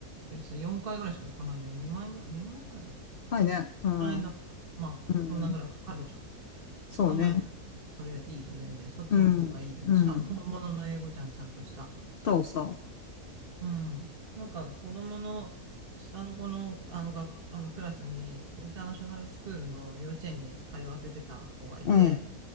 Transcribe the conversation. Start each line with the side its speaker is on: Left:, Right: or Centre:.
Right: でさ、4回ぐらいしか行かないのに2万円ぐらい、2万円ぐらいだったかな。
Left: 高いね。うん、
Right: 万円だったかな。まあ、
Left: うん。
Right: そんなぐらいかかるじゃん。
Left: そうね。
Right: そう考えると、それいいよ、全然。そっちの方がいいよ。
Left: うん、うん。
Right: しかも本物の英語じゃん、ちゃんとした。
Left: そうそ
Right: うん。なんか子供の、下の子の、あの学、あのクラスに、インターナショナルスクールの幼稚園に通わせてた子がいて、
Left: う。うん、